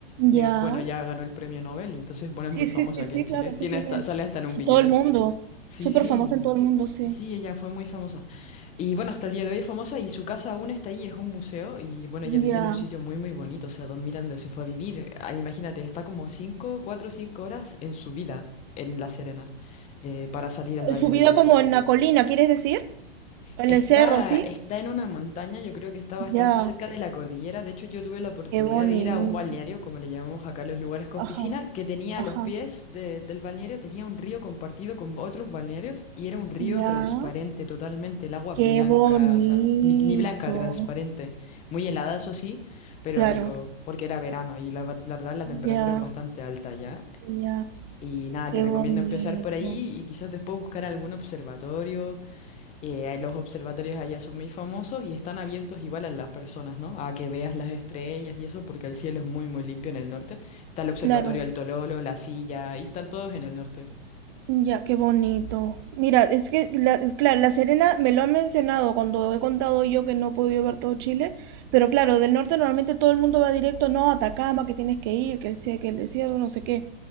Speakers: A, on the left; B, on the right.
A: que
B: ya.
A: bueno, ya ganó el premio Nobel, y entonces bueno,
B: Sí,
A: es muy famosa
B: sí, sí,
A: aquí
B: sí,
A: en Chile,
B: claro,
A: tiene
B: sé quién
A: hasta,
B: es.
A: sale hasta en un billete.
B: Todo el mundo.
A: Sí,
B: Súper
A: sí,
B: famoso en todo el mundo, sí.
A: sí, ella fue muy famosa. Y bueno, hasta el día de hoy es famosa y su casa aún está ahí, es un museo y bueno, ella vivía
B: Ya.
A: en un sitio muy, muy bonito, o sea, Don Miranda se fue a vivir, ah, imagínate, está como 5 4 5 horas en su vida en La Serena eh, para salir al Valle
B: Su
A: del
B: vida
A: Elqui.
B: como en la colina, ¿quieres decir? En
A: Está,
B: el cerro, ¿sí?
A: está en una montaña, yo creo que está bastante
B: Ya.
A: cerca de la cordillera. De hecho, yo tuve la oportunidad
B: Qué bonito.
A: de ir a un balneario, como le llamamos acá a los lugares con
B: Ajá,
A: piscina, que tenía
B: ajá.
A: a los pies de- del balneario, tenía un río compartido con otros balnearios y era un río
B: Ya.
A: transparente totalmente, el agua
B: Qué
A: blanca,
B: bonito.
A: o sea, ni, ni blanca, transparente. Muy helada, eso sí, pero
B: Claro.
A: rico, porque era verano y la, va- la verdad la temperatura
B: Ya,
A: es bastante alta ya.
B: ya.
A: Y nada,
B: Qué
A: te recomiendo
B: bonito.
A: empezar por ahí y quizás después buscar algún observatorio eh, los observatorios allá son muy famosos y están abiertos igual a las personas, ¿no? A que veas las estrellas y eso, porque el cielo es muy, muy limpio en el norte. Está el observatorio
B: Claro.
A: del Tololo, La Silla, y están todos en el norte.
B: Ya, qué bonito. Mira, es que, la, claro, La Serena me lo ha mencionado cuando he contado yo que no he podido ver todo Chile, pero claro, del norte normalmente todo el mundo va directo, no, Atacama, que tienes que ir, que el, se- que el desierto, no sé qué,